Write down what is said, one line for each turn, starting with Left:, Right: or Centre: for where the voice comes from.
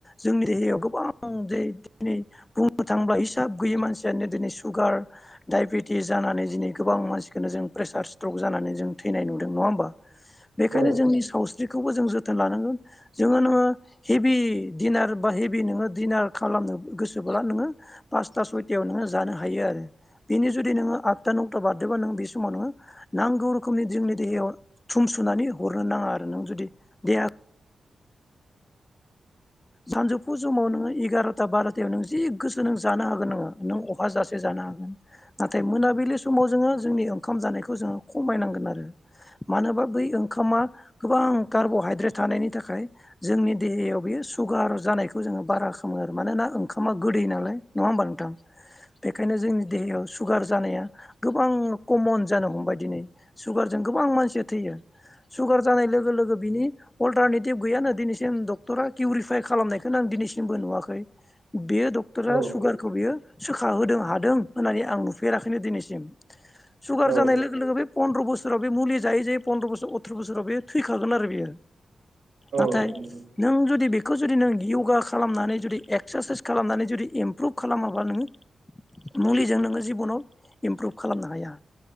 Left: जोंनि देहायाव गोबां दै नि बुंनो थाङोब्ला हिसाब गैयि मानसियानो दिनै सुगार डायबेटिस जानानै दिनै गोबां मानसिखोनो जों प्रेसार स्ट्रक जानानै जों थैनाय नुदों नङा होमबा। बेखायनो
Right: औ
Left: जोंनि सावस्रि खौबो जोथोन लानांगोन जोंङो नोंङो हेबि दिनार बा हेबि नोंङो दिनार खालाम नो गोसोब्ला नोंङो पासता सयतायाव नोङो जानो हायो आरो बिनि जुदि नोंङो आतता नौ ता बारदोंबा नों बे समाव नोंङो नांगौ रोखोमनि जोंनि देहायाव थुम सुनानै हरनो नाङा आरो नों जु दि देहा सानजौफु समाव नोंङो एगार'था बार'थायाव नों जि गोसो नों जानो हागोन नोंङो नों अहा जासे जा नो हागोन। नाथाय मोनाबिलि समाव जोंङो जोंनि ओंखाम जानायखौ जोंङो खमायनांगोन आरो मानोबा बै ओंखामा गोबां कार्बहाइद्रेट थानायनि थाखाय जोंनि देहायाव बेयो सुगार जानायखौ जोंङो बारा खालामो आरो मानोना ओंखामा गोदै नालाय नङा होमबा नोंथां। बेखायनो जोंनि देहायाव सुगार जानाया गोबां कमन जानो हमबाय दिनै। सुगारजों गोबां मानसिया थैयो। सुगार जानाय लोगो लोगो बिनि अल्टारनेटिभ गैयानो दिनैसिम डक्टरा किउरिफाइ खालामनायखोनो आं दिनैसिमबो नुवाखै। बेयो डक्टरा
Right: औ
Left: सुगारखौ बेयो सोखा होदों हादों होननानै आं नुफेराखैनो दिनैसिम। सुगार
Right: औ
Left: जानाय लोगो लोगो बे पनद्र बोस सोराव बे मुलि जायै जायै पन्द्र' बोसोर अथ्र' बोसोराव बे थैखागोन आरो बियो।
Right: औ
Left: नाथाय
Right: नंगौ।
Left: नों जुद दि बेखौ जुदि नों योगा खालामनानै जुदि एक्सारसाइस खालामनानै जुदि इमप्रुभ खालामाबा नोंङो मुलिजों नोंङो जिबनाव इमप्रुभ खालामनो हाया।